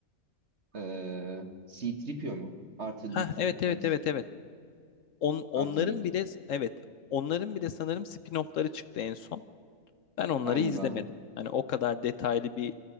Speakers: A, on the right; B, on the left.
A: Ee, C-3PO mu? R2-D2
B: Ha evet
A: mu?
B: evet
A: Hangisi?
B: evet evet. On, onların
A: R2-D2.
B: bile evet onların bile sanırım spin-off'ları çıktı en son. Ben onları
A: Galiba
B: izlemedim. Hani o kadar detaylı bir